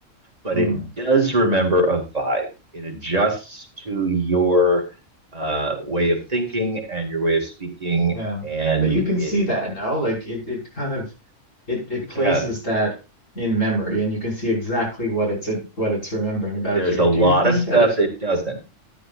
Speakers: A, on the right (about 30°); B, on the left (about 80°).
A: but
B: Hmm.
A: it does remember a vibe. It adjusts to your uh, way of thinking and your way of speaking,
B: Yeah.
A: and
B: But you can
A: it
B: see that now. Like it, it kind of it, it
A: you
B: places
A: can
B: that in memory and you can see exactly what it's what it's remembering about
A: There's
B: you.
A: a lot
B: Do you think
A: of stuff
B: that it
A: it doesn't.